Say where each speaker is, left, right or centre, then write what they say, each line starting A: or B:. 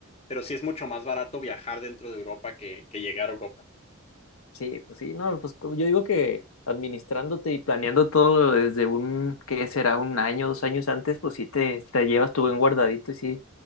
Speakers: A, on the left (about 30°); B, on the left (about 75°).
A: pero sí es mucho más barato viajar dentro de Europa que, que llegar a Europa.
B: Sí, pues sí, no, pues co- yo digo que administrándote y planeando todo desde un, ¿qué será? Un año, dos años antes, pues sí te, te llevas tu buen guardadito y sí,